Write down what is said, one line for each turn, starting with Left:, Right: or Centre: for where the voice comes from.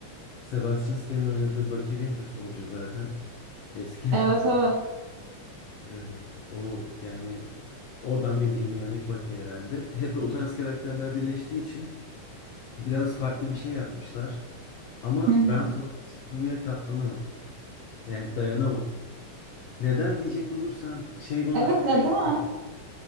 Left: Sebastian Stan'ın oynadığı Bucky Winter Soldier zaten. Eski.
Right: Evet
Left: <laughs>
Right: evet.
Left: Ee, o yani oradan belli en iyi örnek Bucky herhalde. Hep o tarz karakterler birleştiği için biraz farklı bir şey yapmışlar. Ama
Right: Hı hı.
Left: ben Florence Pugh'ya katlanamadım. Yani dayanamadım. Neden diyecek olursan şey bana
Right: Evet
Left: çok
Right: neden?
Left: garip geliyor.